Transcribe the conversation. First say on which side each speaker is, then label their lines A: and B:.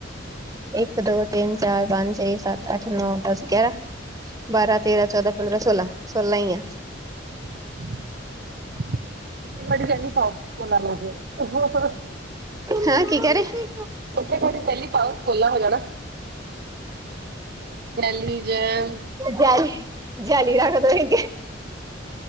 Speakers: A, on the right (about 20°); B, on the right (about 50°).
A: ਇੱਕ, ਦੋ ਤਿੰਨ, ਚਾਰ, ਪੰਜ, ਛੇ, ਸੱਤ, ਅੱਠ, ਨੌ, ਦਸ, ਗਿਆਰਾਂ ਬਾਰਾਂ, ਤੇਰਾਂ, ਚੌਦਾਂ, ਪੰਦਰਾਂ, ਸੋਲਾਂ, ਸੋਲਾਂ ਹੀ ਆ।
B: ' <inaudible> ' <unintelligible>
A: ਹੈਂਅ ਕੀ ਕਹਿ ਰਹੇ?
B: ਉੱਥੇ ਤੁਹਾਡੀ, ਚਹਿਲੀ ਪਾਓ, ਪੋਲਾ ਹੋ ਜਾਣਾ। ਗੈਲੀ ਜੈਮ
A: ਜੇਲੀ-ਜੇਲੀ ਰੱਖ ਦੇਣਗੇ।